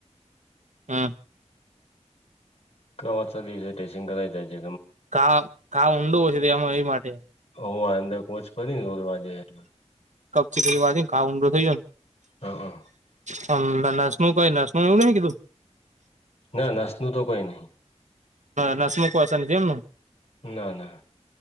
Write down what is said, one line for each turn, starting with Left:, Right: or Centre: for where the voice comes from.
Right: હમ
Left: કવાચ દિવસે ટેસિંગ કરાય છે
Right: કા કા ઊંડું હયશે તેમાં એ માટે
Left: હ આ અંદર કોચ પ ને દરવા જાય એટલે
Right: કપચીની વાને ઘ ઊંડો થઇ જયો ને
Left: હઅ
Right: હમ નાશનુ કહી નાશનુ નવું નાહી ક તુ
Left: ના નસનું તો કોઈ નહી
Right: નસમકશે જેમને
Left: ના ના